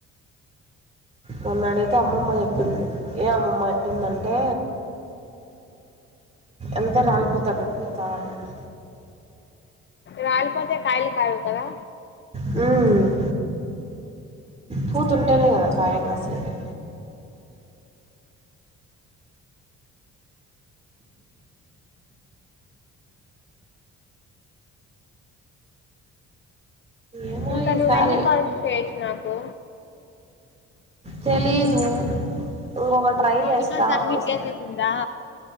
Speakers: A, on the right; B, on the left.
A: మొన్నడైతే అమ్మమ్మ చెప్పింది ఏ అమ్మమ్మ ఎట్లుందంటే అంత రాలిపోతంది పూతా అన్నది
B: రాలిపోతే కాయలు కాయవు కదా
A: హ్మ్ పూతుంటేనే కదా కాయ కాసేది ఏమో
B: ఇంకా
A: ఈసారి
B: నువ్వు ఎన్ని కాల్స్ చేయొచ్చు నాకు
A: తెలీదు ఇంకొక ట్రై
B: మోనికా
A: చేస్తా
B: సబ్మిట్
A: వస్-
B: చేసేసిందా